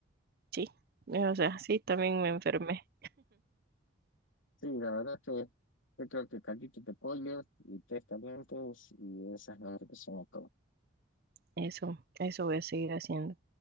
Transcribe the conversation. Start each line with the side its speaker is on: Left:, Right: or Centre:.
Right: sí, o sea, sí, también me enfermé.
Left: Sí, la verdad es que yo creo que caldito de pollo y tres calientes y esas son las que son
Right: Eso, eso voy a seguir haciendo.